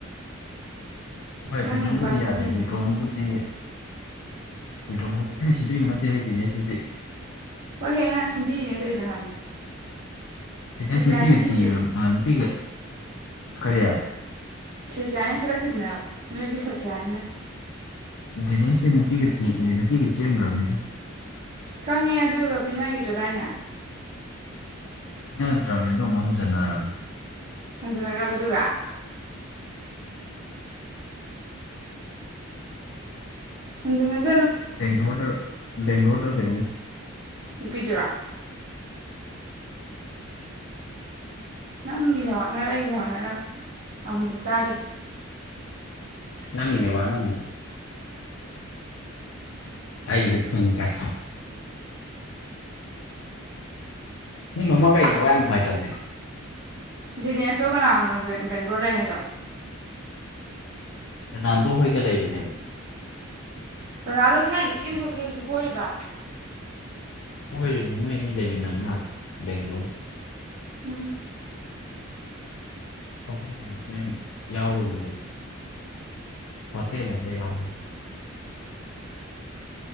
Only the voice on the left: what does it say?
ꯍꯣꯏ
ꯍꯨꯏꯗ꯭ꯔꯣꯝꯕꯨꯗꯤ
ꯌꯥꯗꯦ ꯍꯨꯏꯗ꯭ꯔꯣꯝꯕꯨꯗꯤ ꯍꯨꯏꯗ꯭ꯔꯣꯡꯝꯕꯨꯗꯤ ꯑꯩꯅ ꯁꯤꯕꯤꯕ ꯅꯠꯇꯦ ꯍꯩꯕꯤꯅꯦ ꯑꯗꯨꯗꯤ
ꯦꯁ ꯅꯨꯄꯤꯒ
ꯊꯕ ꯅꯨꯄꯤꯒ ꯀꯔꯤ ꯍꯥꯏ
ꯅꯦꯁꯗꯤ ꯅꯨꯄꯤꯒ ꯊ ꯅꯨꯄꯤꯒꯤ ꯆ ꯑꯃꯒꯅꯦꯗ
ꯏꯅꯗ꯭ꯔꯗꯣ ꯃꯣꯍꯟ ꯆꯟꯗꯔꯝ
ꯕꯦꯡ꯭ꯂꯣꯔ ꯕꯦꯡꯂꯨꯔ ꯀ
ꯅꯪꯒꯤ ꯅꯦꯠꯋꯥꯛꯅ ꯑꯩꯩꯒꯤꯗꯤ ꯐꯨꯟ ꯀꯥꯏ ꯅꯣꯏ ꯃꯃꯥꯡꯀꯥꯏ ꯅꯦꯠꯋꯥꯛ ꯌꯥꯝꯅꯨꯡꯉꯥꯏꯇꯝꯅꯦ
ꯔꯣꯅꯥꯜꯗꯣ ꯍꯣꯏꯒ ꯂꯩꯕꯅꯦꯕ
ꯀꯣꯏꯔꯤꯝꯅꯦ ꯃꯣꯏꯅꯤ ꯂꯩꯃꯤꯟꯅꯝꯅꯦ ꯑꯥꯗ ꯕꯦꯡꯒ꯭ꯂꯣ ꯗ
ꯍꯣꯇꯦꯜ ꯃꯦꯅꯦꯁꯃꯦꯟ ꯌꯥꯎꯔꯨꯝꯅꯦꯕ ꯍꯣꯇꯦꯜ ꯑꯝꯗ ꯌꯥꯎ